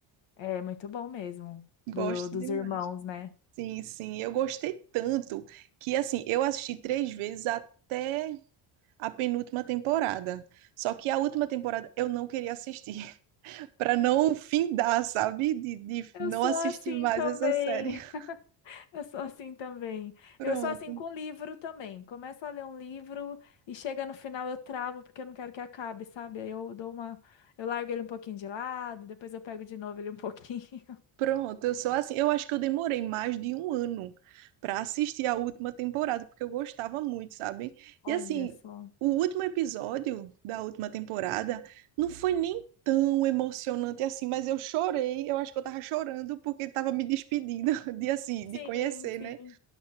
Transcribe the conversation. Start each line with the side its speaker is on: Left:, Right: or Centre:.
Left: É muito bom mesmo,
Right: Gosto
Left: do, dos
Right: demais.
Left: irmãos, né?
Right: Sim, sim, eu gostei tanto que assim, eu assisti três vezes até a penúltima temporada. Só que a última temporada eu não queria assistir, <laughs> para não findar, sabe? De, de
Left: Eu
Right: não
Left: sou
Right: assistir
Left: assim
Right: mais
Left: também.
Right: essa série. <laughs>
Left: <laughs> Eu sou assim também.
Right: Pronto,
Left: Eu sou assim com livro também. Começo a ler um livro e chega no final eu travo porque eu não quero que acabe, sabe? Aí eu dou uma, eu largo ele um pouquinho de lado, depois eu pego de novo ele um pouquinho. <laughs>
Right: pronto. Eu sou assim. Eu acho que eu demorei mais de um ano para assistir a última temporada, porque eu gostava muito, sabe?
Left: Olha
Right: E assim,
Left: só.
Right: o último episódio da última temporada não foi nem tão emocionante assim, mas eu chorei. Eu acho que eu tava chorando porque tava me despedindo <laughs> de assim,
Left: Sim,
Right: de conhecer,
Left: sim,
Right: né?